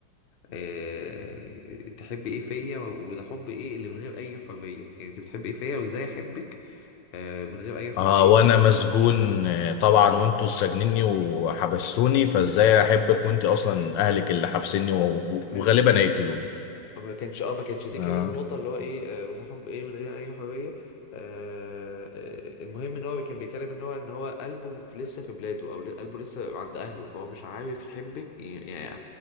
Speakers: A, on the left; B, on the left.
A: إيه تحب ايه فيا وده حب ايه اللي من غير اي حريه يعني انت بتحب ايه فيا وازاي احبك آه من غير اي حريه
B: اه وانا مسجون آه، طبعا وانتوا سجنني وحبستوني فازاي احبك وانت اصلا اهلك اللي حبسني و- و-
A: م-
B: وغالبا
A: م-
B: هيقتلوني
A: ما كانش اه ما كانش دي
B: اه
A: كمان النقطة اللي هو ايه آه وده حب ايه من غير اي حرية آه آه، المهم ان هو كان بيتكلم ان هو ان هو قلبه في- لسه في بلاده او ل- قلبه لسه عند اهله فهو مش عارف يحبك يعني يعني أ-